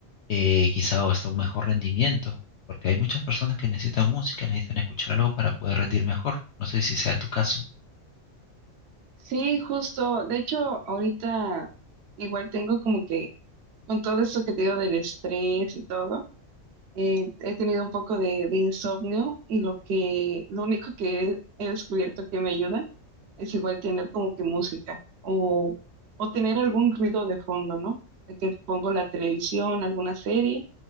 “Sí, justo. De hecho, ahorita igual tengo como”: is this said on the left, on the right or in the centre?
Right